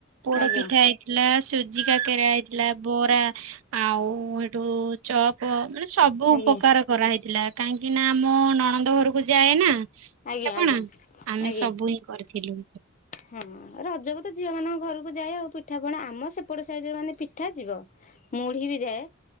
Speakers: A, on the right; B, on the left.
A: ପୋଡପିଠା
B: ଆଜ୍ଞା
A: ହେଇ ହେଇଥିଲା ସୁଜି କାକରା ହେଇଥିଲା ବରା ଆଉ ଏଠୁ ଚପ୍ ଚପ ମାନେ ସବୁ
B: ଆଜ୍ଞା
A: ପକାର କରାହେଇଥିଲା କାହିଁକି ନା ଆମ ନଣନ୍ଦ ଘରକୁ ଯାଏ ନା ପିଠାପଣା
B: ଆଜ୍ଞା ଆଜ୍ଞା
A: ଆମେ
B: ଆଜ୍ଞା।
A: ସବୁ ହିଁ କରିଥିଲୁ।
B: ହଁ ରଜକୁ ତ ଝିଅମାନଙ୍କ ଘରକୁ ଯାଏ ଆଉ ପିଠା ପଣା ଆମ ସେପଟ ସାଇଡରେ ମାନେ ପିଠା ଯିବ ମୁଢ଼ି ବି ଯାଏ।